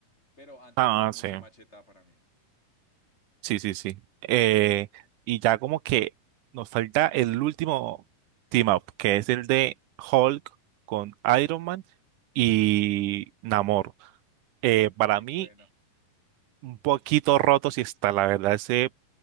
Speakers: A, on the left (about 15°); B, on the right (about 75°).
A: Pero antes
B: Ah,
A: estaba mucho
B: sí.
A: Macheta para mí.
B: Sí, sí, sí. Eh, y ya como que nos falta el último team up, que es el de Hulk con Iron Man y Namor. Eh, para
A: Y
B: mí,
A: bueno,
B: un poquito roto si está, la verdad, ese